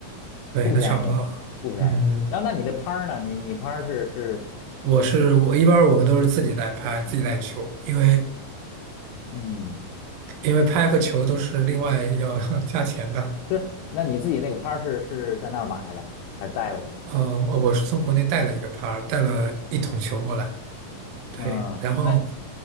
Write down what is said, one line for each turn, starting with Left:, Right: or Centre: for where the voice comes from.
Right: 对，
Left: 不便宜，
Right: 那差不多。
Left: 不便宜。
Right: 嗯，
Left: 然后那你那拍儿呢？你你拍儿是是
Right: 我是我一般儿我们都是自己带拍，自己带球，因为
Left: 嗯
Right: 因为拍和球都是另外要 <laughs> 加钱的。
Left: 是，那你自己那个拍儿是是在那儿买的还是带过去的？
Right: 呃，我我是从国内带了一个拍儿，带了一桶球过来。对，
Left: 嗯，
Right: 然后
Left: 那